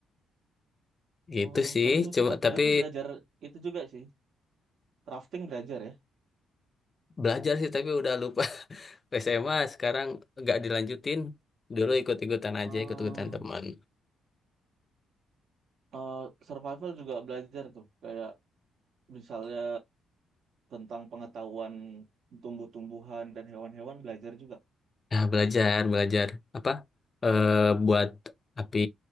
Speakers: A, on the left; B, on the right.
A: gitu
B: Oh,
A: sih.
B: seru seru
A: Coba
B: tuh. Tapi
A: tapi
B: Berarti belajar itu juga sih. Rafting belajar ya.
A: belajar sih tapi udah lupa <laughs> SMA sekarang nggak dilanjutin. Dulu ikut-ikutan aja,
B: Oh,
A: ikut-ikutan teman.
B: eh, survival juga belajar tuh. Kayak misalnya tentang pengetahuan tumbuh-tumbuhan dan hewan-hewan belajar juga.
A: Ya, belajar, belajar apa? Eh, buat api